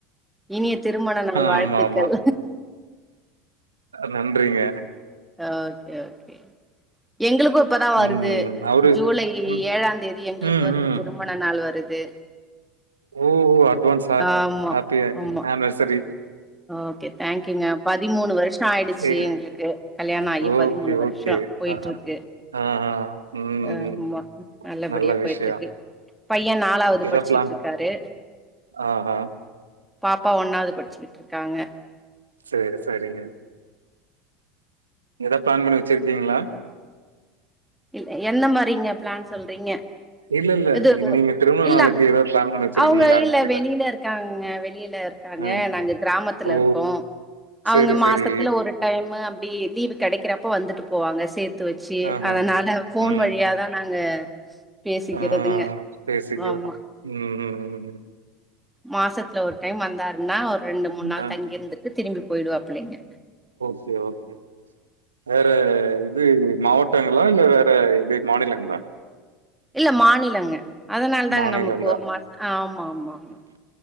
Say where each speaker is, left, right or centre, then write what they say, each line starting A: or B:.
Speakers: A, in the centre; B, on the right (about 85°).
A: இனிய திருமண நாள் வாழ்த்துக்கள்
B: ஆமா ஆமா நன்றிங்க
A: ஓகே ஓகே எங்களுக்கு இப்பதா வருது
B: ம் அவரு
A: ஜூலை
B: ம்
A: ஏழாந் தேதி எங்களுக்கு
B: ம்
A: வருது
B: ம்
A: திரு மண நாள் வருது
B: ஓ அட்வான்ஸ் ஹே
A: ஆமா
B: ஹேப்பி
A: ஆமா
B: ஏன்வர்சரி
A: ஓகே தேங்க்யூங்க பதிமூணு வருஷோ ஆயிடுச்சு
B: ஏ
A: எங்களுக்கு கல்யா ணாயி பதிமூணு
B: ஓகே
A: வருஷோ
B: ஓகே
A: போயிட்ருக்கு
B: ஆ ஆ ம்
A: ஆமா
B: ம்
A: நல்லபடியா
B: நல்ல
A: போயிட்ருக்கு
B: விஷயம்
A: பைய்யனா ட்டாவ்து
B: இத
A: படிச்சிட்டுருக்காரு
B: பிளான் ஆஹா
A: பாப்பா ஒண்ணாவ்து படிச்சிக்கிட்டு இருக்காங்க
B: சேரி சேரிங்க எதா பிளான் பண்ணி வெச்சிருக்கீங்களா
A: இல் என்ன மாரிங்க பிளான் சொல்றீங்க
B: இல்ல, இல்ல.
A: இது <unintelligible>
B: நீங்க திருமண
A: இல்ல
B: நாளுக்கு ஏதா பிளான் பண்ணி வச்சிருக்கீங்களான்னு
A: அவுங்க இல்ல
B: கேக்குறேன்.
A: வெளில இருக் காங்க வெளில இருக்காங்க
B: ம்.
A: நாங்க கிராமத்துல
B: ஓ!
A: இருக்கோ
B: சரி,
A: அவுங்க
B: சரி.
A: மாசத்துல ஒரு டைமு அப்டி லீவு கெடைக்கிறப்போ வந்துட்டு போவாங்க சேர்த்து வெச்சி
B: ஆஹ.
A: அதனால ஃபோன்
B: ம்.
A: வழியாதா நாங்க பேசிக்கிறதுங்க
B: ஆ பேசிக்கலாம்.
A: ஆமா <inaudible>
B: ம், ம், ம். ம்.
A: மாசத்துல ஒரு டைம் வந்தாருன்னா ஒரு ரெண்டு மூனு நாள்
B: ஆ
A: தங்கி இருந்துட்டு திரும்பி போயிடுவாப்ளைங்க
B: செரி ஓகே வேற இது மாவட்டங்களா இல்ல வேற இது மாநிலங்ளா
A: இல்ல மாநிலங்க அதனால தாங்க
B: மாநிலம்
A: நமக்கு
B: தான்.
A: ஒரு மாச ஆமா ஆமா ஆமா